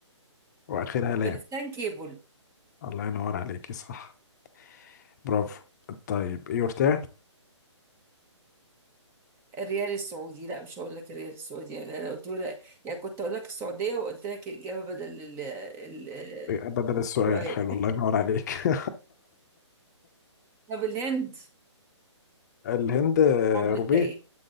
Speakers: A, on the left (about 35°); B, on the right (about 15°).
A: وآخرها
B: افغانستان
A: لام
B: كيبل
A: الله ينور عليكي صح برافو طيب يور تيرن
B: الريال السعودي لا مش هقول لك الريال السعودي يعني انا قلت لك يعني كنت اقول لك السعوديه وقلت لك الاجابه بدل ال... ال...
A: بدل السؤال
B: السؤال
A: حلو الله ينور عليك <laughs>
B: <laughs> طب الهند
A: الهند
B: عملتها
A: روبيه
B: ايه؟